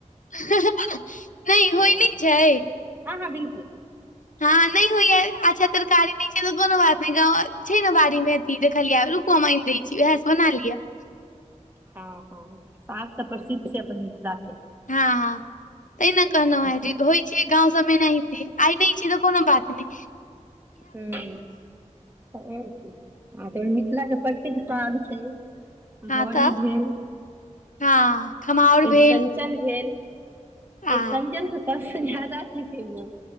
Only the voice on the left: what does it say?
<inaudible> नहि
होइ नहि छै
हँ नहि होइ या अच्छा तरकारी नइ छै तऽ, कोनो बात नइ गाँवआर छै ने बाड़ी मे अथी देखलियै रुकु हम आनि दै छी, उएह से बना लिया
हँ - हँ तेइ ने कहलहु है
जे होइ छै गाँव सबमे नहिते आइ नइ छय तऽ कोनो बात नए
हँ
तऽ
हँ खमहाउर
भेल
आ